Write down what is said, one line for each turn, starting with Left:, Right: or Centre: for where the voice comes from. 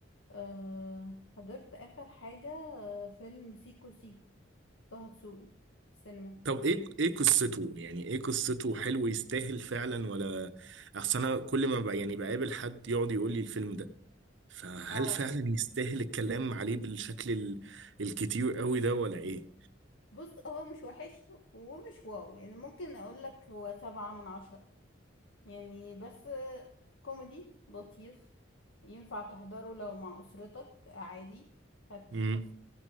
Left: أه حضرت اخر حاجة آه، فيلم سيكو سيكو طه دسوقي في السينما
Right: طب ايه ايه قصته يعني ايه قصته حلو يستاهل فعلا ولا اصل انا كل ما بقى يعني بقابل حد يقعد يقول لي الفيلم ده فهل
Left: اه
Right: فعلا يستاهل الكلام عليه بالشكل ال... الكتير قوي ده ولا ايه
Left: بص هو مش وحش ومش واو يعني ممكن اقول لك هو سبعة من عشرة يعني بس آه، كوميدي لطيف ينفع تحضره لو مع اسرتك عادي هت-
Right: امم